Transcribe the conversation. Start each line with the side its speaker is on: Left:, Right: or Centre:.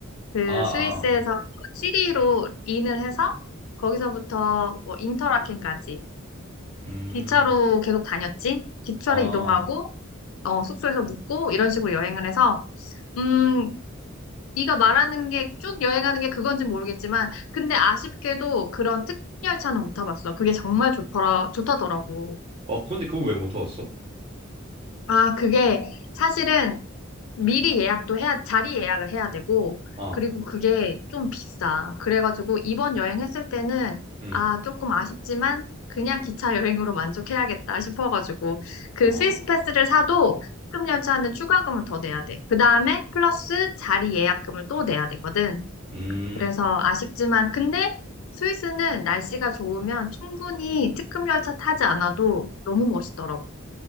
Left: 그
Right: 아, 아,
Left: 스위스에서 취리로 인을 해서, 거기서부터 뭐 인터라켄까지
Right: 음,
Left: 기차로 계속 다녔지. 기차로
Right: 아,
Left: 이동하고, 어, 숙소에서 묵고 이런 식으로 여행을 해서 음, 네가 말하는 게 쭉 여행하는 게 그건지 모르겠지만 근데 아쉽게도 그런 특별 열차는 못 타봤어. 그게 정말 좋더라, 좋다더라고.
Right: 어, 근데 그거 왜 못 타봤어?
Left: 아, 그게 사실은 미리 예약도 해야, 자리 예약을 해야 되고,
Right: 아,
Left: 그리고 그게 좀 비싸. 그래가지고 이번 여행했을 때는,
Right: 음,
Left: 아, 조금 아쉽지만, 그냥 기차 여행으로 만족해야겠다 싶어가지고, 그
Right: 아,
Left: 스위스 패스를 사도 특급 열차는 추가금을 더 내야 돼. 그 다음에 플러스 자리 예약금을 또 내야 되거든.
Right: 음.
Left: 그래서 아쉽지만, 근데 스위스는 날씨가 좋으면 충분히 특급 열차 타지 않아도 너무 멋있더라고.